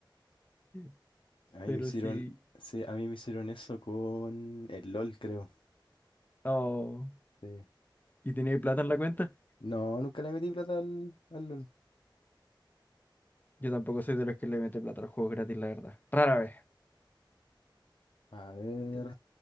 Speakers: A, on the left (about 20°); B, on the left (about 85°).
A: <laughs>
B: a mí
A: Pero
B: me hicieron,
A: sí.
B: sí, a mí me hicieron eso con el LOL, creo.
A: Oh.
B: Sí.
A: ¿Y tenía plata en la cuenta?
B: No, nunca le metí plata al, al LOL.
A: Yo tampoco soy de los que le mete plata a los juegos gratis, la verdad. Rara vez.
B: A ver,
A: Te-